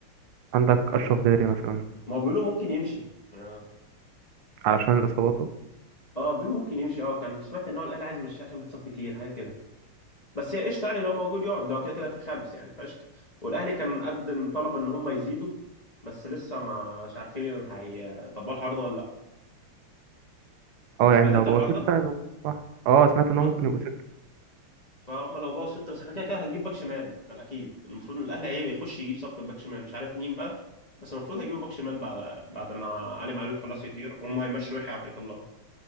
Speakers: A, on the right; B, on the left.
A: عندك اشرف داري مثلا
B: ما هو بيقولوا ممكن يمشي اه
A: علشان اصاباته
B: آه، بيقولوا ممكن يمشي اه كان سمعت ان هو الاهلي عايز يمشيه عشان بيتصاب كتير حاجه كده بس يعني قشطه يعني لو موجود يقعد لو كده كده في خمس يعني فقشطه والاهلي كان قدم طلب ان هم يزيدوا بس لسه ما- مش عارفين ان هيطبقوا الحوار ده ولا لا
A: اه
B: سمعت
A: يعني
B: انت
A: لو بقوا
B: الحوار
A: ستة
B: ده؟
A: يبقوا صح اه سمعت ان هو
B: ها؟
A: ممكن يبقوا ستة
B: فهم لو بقوا شلت بس احنا كده كده هنجيب باك شمال ده الاكيد المفروض ان الاهلي هيبقى يخش يجيب صفقه باك شمال مش عارف مين بقى بس المفروض هيجيبوا باك شمال بعد بعد ما علي معلول خلاص يطير وهم هيمشوا يحيى عطية الله